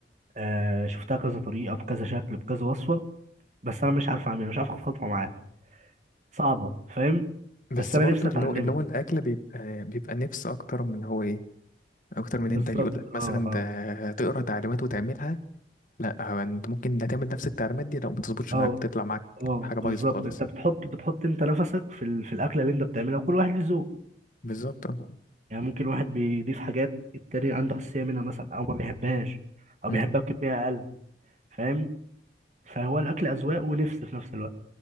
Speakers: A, on the right; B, on the left.
A: آه شفتها كذا طريقه بكذا شكل بكذا وصفه بس انا مش عارف اعملها مش عارف اخد خطوه معاها صعبه فاهم
B: بس
A: بس انا
B: برضو
A: نفسي
B: اللي
A: اتعلمها
B: هو اللي هو الاكل بيبقى بيبقى نفس اكتر من هو ايه اكتر من
A: بالظبط
B: انت يقول لك
A: اه
B: مثلا
A: اه
B: ده تقرا تعليمات وتعملها لا هو انت ممكن ده تعمل نفس التعليمات دي لو ما تظبطش
A: اه
B: معاك وتطلع معاك
A: اه
B: حاجه
A: بالظبط
B: بايظه خالص
A: انت بتحط بتحط انت نفسك في ال... في الاكله اللي انت بتعملها وكل واحد له ذوق
B: بالظبط اه
A: يعني ممكن واحد بيضيف حاجات التاني عنده حساسية منها مثلا أو ما بيحبهاش أو
B: أمم.
A: بيحبها بكمية أقل فاهم فهو الأكل أذواق ونفس في نفس الوقت